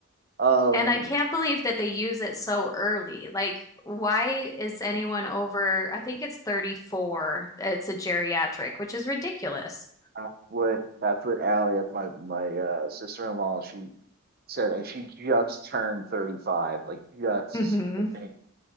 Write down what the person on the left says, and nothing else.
And I can't believe that they use it so early. Like, why is anyone over, I think it's 34, it's a geriatric, which is ridiculous.
Mhm.